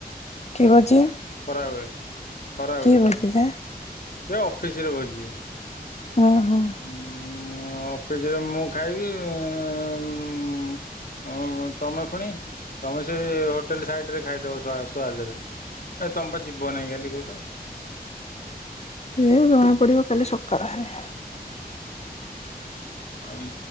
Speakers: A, on the left (about 40°); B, on the left (about 60°).
A: କି ଭୋଜି?
B: ଖରାବେଳେ ଖରାବେଳେ
A: ବାଜିଲା
B: ସିଏ ଅଫିସରେ ଭୋଜି।
A: ହଁ ହଁ।
B: ଉଁ ମୁ ଅଫିସରେ ମୁଁ ଖାଇବି ଉଁ ହଁ ତମେ ପୁଣି ତମେ ସେ ହୋଟେଲ ସାଇଟରେ ଖାଇଦେବ ସୁଆ-ସୁଆଦରେ। ଏ ତମେ ପା ଯିବ ନାଇଁ କାଲି କହୁଛ।
A: ହେ ଜଣା ପଡିବ କାଲି ସକାଳ ହେଲେ।
B: ଆଉ